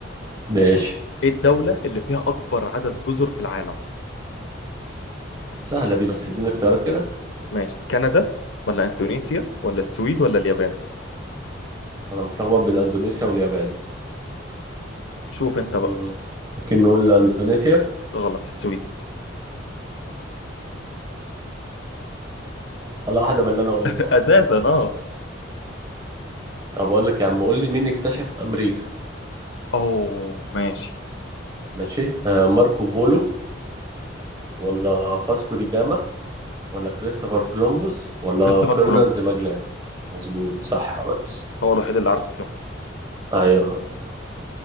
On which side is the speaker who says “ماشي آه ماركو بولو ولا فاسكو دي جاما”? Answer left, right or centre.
Right